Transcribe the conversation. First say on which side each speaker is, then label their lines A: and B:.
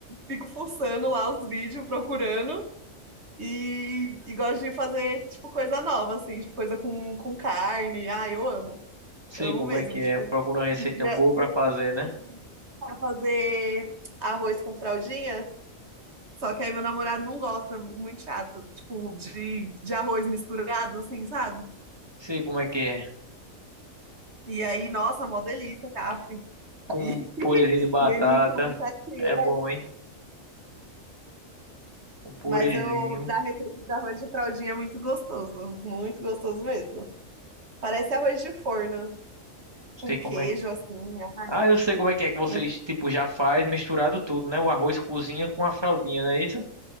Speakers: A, on the right; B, on the right.
A: fico forçando lá os vídeos, procurando. E, e gosto de fazer, tipo, coisa nova, assim, tipo, coisa com, com carne. Ah, eu amo.
B: Sei
A: Amo
B: como
A: mesmo.
B: é que é.
A: Tipo,
B: Procura uma receita
A: um dia
B: boa
A: eu
B: pra fazer, né?
A: tentei fazer arroz com fraldinha. Só que aí meu namorado não gosta, muito chato. Tipo, de, de arroz misturado, assim, sabe?
B: Sei como é que é.
A: E aí, nossa, mó delícia, af. E,
B: Com
A: <laughs>
B: purezinho de batata.
A: e ele come chatinho,
B: É bom,
A: é.
B: hein? Um purezinho.
A: Mas eu, da receita de arroz de fraldinha é muito gostoso. Muito gostoso mesmo. Parece arroz de forno,
B: Sei
A: com
B: como
A: queijo,
B: é que...
A: assim. Ai,
B: Ah, eu sei como é que é que vocês,
A: muito
B: tipo, já faz misturado tudo, né? O arroz cozinha com a fraldinha, não é isso?